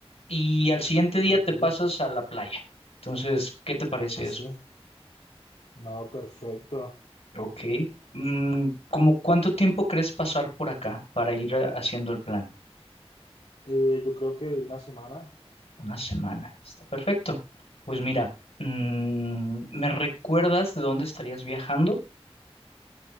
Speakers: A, on the left; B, on the left.
A: Y al siguiente
B: ok, ok,
A: día te pasas a la playa. Entonces, ¿qué te parece
B: así.
A: eso?
B: No, perfecto.
A: Ok. Mm, ¿cómo cuánto tiempo crees pasar por acá para ir eh, haciendo el plan?
B: Eh, yo creo que una semana.
A: Una semana. Está perfecto. Pues mira, mm, ¿me recuerdas de dónde estarías viajando?